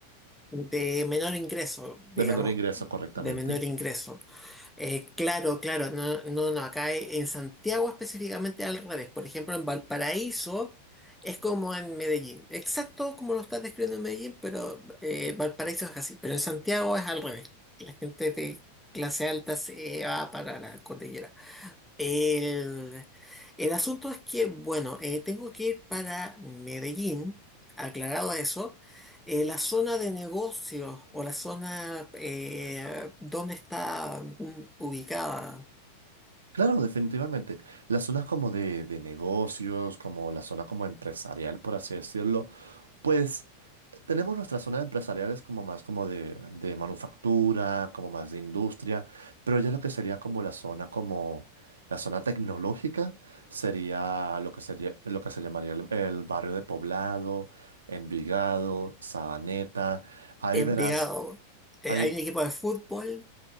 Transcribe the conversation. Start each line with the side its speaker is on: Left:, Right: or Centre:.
Centre: de menor ingreso,
Right: <laughs>
Centre: digamos,
Right: de menor ingreso correctamente.
Centre: de menor ingreso. Eh, claro, claro, no, no, no, acá e- en Santiago específicamente al revés. Por ejemplo, en Valparaíso es como en Medellín, exacto como lo estás describiendo en Medellín, pero eh, Valparaíso es así. Pero en Santiago es al revés. La gente de clase alta se va para la cordillera. El, el asunto es que, bueno, eh, tengo que ir para Medellín, aclarado eso. Eh, la zona de negocios o la zona eh, donde está mm, ubicada
Right: Claro, definitivamente. Las zonas como de, de negocios, como la zona como empresarial, por así decirlo, pues tenemos nuestras zonas empresariales como más como de, de manufactura, como más de industria, pero ya lo que sería como la zona como la zona tecnológica sería lo que sería lo que se llamaría el, el barrio de Poblado, Envigado, Sabaneta. Ahí
Centre: Envigado.
Right: verás,
Centre: Eh,
Right: ahí,
Centre: hay un equipo de fútbol